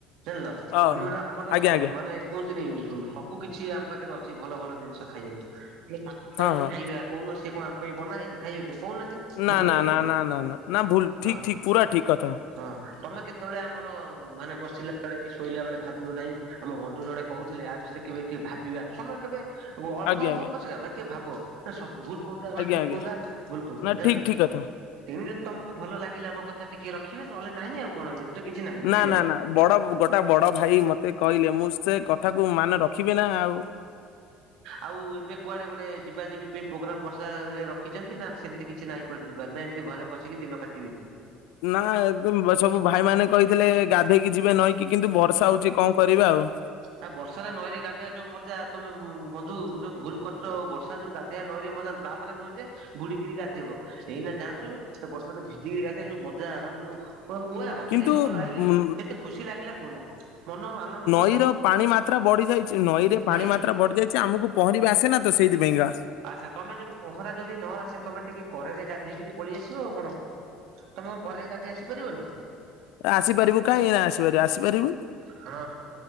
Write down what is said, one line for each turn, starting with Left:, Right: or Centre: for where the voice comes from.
Right: ଜାଣିଲ
Left: ଓହୋ।
Right: ଆମ ଆମର
Left: ଆଜ୍ଞା
Right: ତ
Left: ଆଜ୍ଞା
Right: ମାନେ କୁହନ୍ତିନି ସବୁ କିଛି ଆମ ପାଖରେ ଅଛି ଭଲ ଭଲ ଜିନିଷ ଖାଇବାକୁ ତାକୁ କାଇହିଁ
Left: ହଁ ହଁ
Right: ଖାଇବା କହୁନ ସେ କଣ ଆମ ପାଇଁ ବନା ହେଇଛି ଖାଇବା ପାଇଁ କହୁନାହାନ୍ତି? ଭୁଲ
Left: ନା
Right: କହିଲି
Left: ନା ନା
Right: କି
Left: ନା ନା ନା ନା ଭୁଲ
Right: ହଁ
Left: ଠିକ ଠିକ ପୁରା ଠିକ କଥା।
Right: ହଁ ତମେ କେତେବେଳେ ଆମର ମାନେ ବସିଲା ବେଳେ କି ଶୋଇଲା ବେଳେ ଭାବିବ ନାହିଁ ଆମ ବନ୍ଧୁ ଜଣେ କହୁଥିଲେ ଆ ବିଷୟରେ କେବେ ଟିକେ ଭାବିବା ସମୟ କେବେ ଅଳ୍ପ
Left: ଆଜ୍ଞା ଆଜ୍ଞା
Right: ହ ଉପା ବା ଟିକେ ଭାବ। ଭୁଲ କୋଉଟା ଆମେ
Left: ଆଜ୍ଞା
Right: ଠିକ
Left: ଆଜ୍ଞା
Right: କୋଟା ଭୁଲ କଉଟା
Left: ନା
Right: ଜାଣିଲ
Left: ଠିକ ଠିକ କଥା।
Right: ସେମତି ଯଦି ତମକୁ ଭଲ ଲାଗିଲା ମୋ କଥା କଥା ଟିକେ ରଖିବେ ନହେଲେହି ଆଉ କଣ? ଏଥିରେ କିଛି ନାହିଁ ବୁଝିଲ।
Left: ନା ନା ନା ବଡ ଗୋଟା ବଡ ଭାଇ ମତେ କହିଲେ ମୁଁ ସେ କଥାକୁ ମାନେ ରଖିବେ ନା ଆଉ।
Right: ଆଉ ଏବେ କୁଆଡେ ଗୋଟେ ଯିବା ଯିବି ପାଇଁ ପ୍ରୋଗ୍ରାମ ବର୍ଷାାରେ ରଖିଛନ୍ତି ନା ସେମିତି କିଛି ନାଇଁ କୁଆଡେ ଯିବ ନା? ଘରେ ବସିକି ଦିନ କାଟିବି।
Left: ହଁ ନା ସବୁ ଭାଇ ମାନେ କହିଥିଲେ ଗାଧେଇକି ଯିବେ ନଈକି କିନ୍ତୁ ଭର୍ଷା ହଉଛି କଣ କରିବା ଆଉ।
Right: ଆ ବର୍ଷାାରେ ନଈରେ ଗାଧେଇବା ଯୋଉ ମଜା ତମେ ବନ୍ଧୁ ଯୋଉ ଭୁଲ କରଛ ଆଉ ବର୍ଷାରେ ଯୋଉ ଗାଧୋଇଆ ନଈରେ ମଜା ତା ମାନେ ନୁହେଁ ଯେ ବୁଡିକିରି ଗାଧେଇବ। ଏଇନା ଯାନ୍ତୁ ସେ ବର୍ଷା ଭିଜିକିରି ଗାଧେଇବା ଯୋଉ ମଜା ମାନେ ଯୋଉ କ ମୁୂଆ ଗାଧେଇକି
Left: କିନ୍ତୁ
Right: ସକାଳୁ ଆଇିଲି
Left: ଉଁ
Right: ଏତେ ଖୁସି ଲାଗିଲା କୁହନା ମନ ଆନନ୍ଦ ପରା
Left: ନଈ ର ପାଣି ମାତ୍ରା ବଢି ଯାଇଛି ନଈରେ
Right: ନାଇଁ
Left: ପାଣି ମାତ୍ରା ବଢି ଯାଇଛି ଆମକୁ ପହଁରିବା ଆସେନା ତ ସେଇଥିପାଇଁକା।
Right: ଆଚ୍ଛା ତମେ ଯଦି ପହଁରା ଯଦି ନ ଆସେ ତମେ ଟିକେ କରେ ଗାଧେଇକିରି ପଳେଇ ଆସିବ ଆଉ କଣ। ତମେ କଣ କରରେ ଗାଧେଇ ଆସିପାରିବନି।
Left: ଆସିପାରିବ କାହିଁ ନା ଆସିପାରିବ ଆସିପାରିବୁ।
Right: ହଁ।